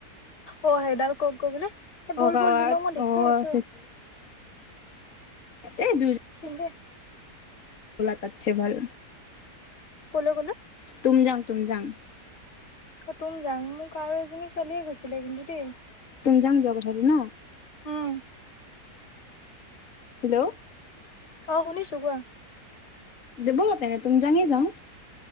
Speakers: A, on the left; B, on the left.
A: অ', সেইডাল কওক গৈ বোলে এ বল
B: অ' গাৱাত
A: বল দুন মই দেখুৱাই
B: অ'
A: আছো
B: এই দুই
A: <unintelligible>
B: বোলা তাতছে ভাল
A: ক'লৈ ক'লৈ
B: টুমজাং, টুমজাং।
A: অ টুমজাং মোক আৰু এজনী ছোৱালীয়ে গৈছিলে কিন্তু দেই।
B: টুমজাং যোৱাৰ কথাটো নহ।
A: হুম।
B: হেল্ল'।
A: অ শুনিছোঁ কোৱা।
B: দিব তে টুমজাঙে যাওঁ।